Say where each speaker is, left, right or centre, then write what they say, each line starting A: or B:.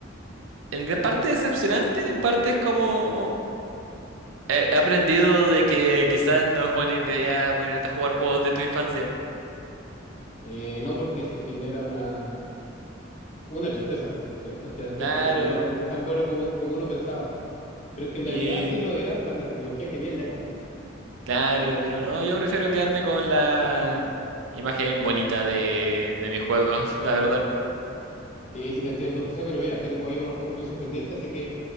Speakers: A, on the right; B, on the left.
A: En gran parte decepcionante, en parte es como... He he aprendido de que quizás no es buena idea ponerte a jugar juegos de tu infancia.
B: Eh, no porque se genera una Una tristeza. Después te das cuenta
A: Claro,
B: que no era tan, tan bueno como, como uno pensaba. Pero es que en
A: y
B: realidad sí lo eran para la tecnología que había en la época.
A: claro, pero no, yo prefiero quedarme con la imagen bonita de, de mis juegos, la verdad.
B: Sí, sí te entiendo, José, pero mira, tengo ahí unos compromisos pendientes, así que